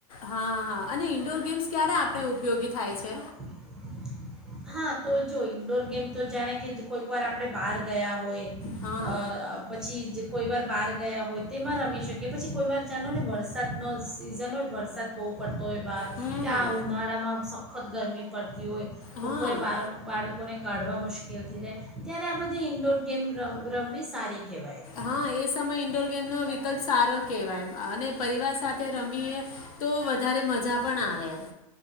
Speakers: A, on the left; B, in the centre.
A: હા હા અને ઇન્ડોર ગેમ્સ ક્યારે આપણે ઉપયોગી થાય છે
B: <inaudible> હા તો જો ઇન્ડોર ગેમ તો જાણે કે કોઈક વાર આપણે બહાર ગયા હોય
A: હા
B: અ પછી કોઈ વાર બહાર ગયા હોય તેમાં રમી શકે પછી કોઈ વાર જાણો ને વરસાદ નો સી સિઝન હોય વરસાદ બહુ પડ પડતો હોયે બહાર
A: હમ
B: કે આ ઉનાળામાં સખદ ગરમી પડતી હોય
A: હા
B: બપોરે બાારો બાડ લોકોને કાઢવા મુશ્કેલ થય જાય ત્યારે આ બધી ઇન્ડોર ગેમ રમ રમવી સારી કહેવાય
A: હા એ સમય ઇન્ડોર ગેમ નો વિકલ્પ સારો કહેવાય અને પરિવાર સાથે રમીએ તો વધારે મજા પણ આવે